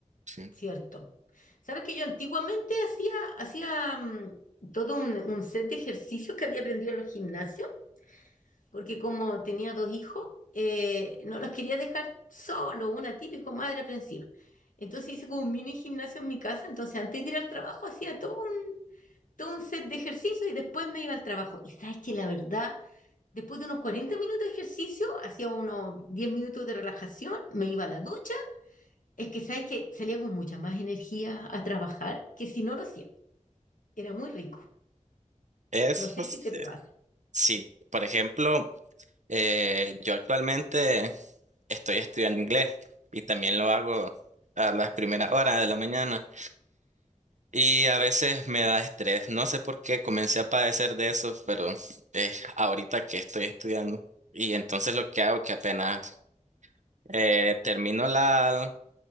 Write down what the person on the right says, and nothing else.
sí.
Eso,
eh, sí. Por ejemplo, eh, yo actualmente estoy estudiando inglés y también lo hago a las primeras horas de la mañana y a veces me da estrés. No sé por qué comencé a padecer de eso, pero es ahorita que estoy estudiando. Y entonces lo que hago que apenas Eh, termino la,